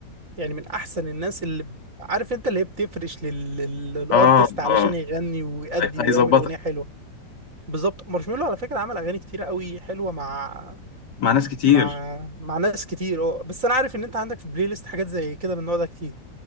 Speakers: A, on the right (about 45°); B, on the left (about 65°).
A: يعني من احسن الناس اللي ب- عارف انت اللي هي بتفرش لل- لل- للارتست
B: اه
A: علشان
B: اه
A: يغني ويأدي
B: هي- هيظبطك
A: ويعمل اغنيه حلوه بالظبط مارشميلو على فكره عمل اغاني كتيره قوي حلوه مع
B: مع ناس كتير
A: مع مع ناس كتير اه بس انا عارف ان انت عندك في بلاي ليست حاجات زي كده من النوع ده كتير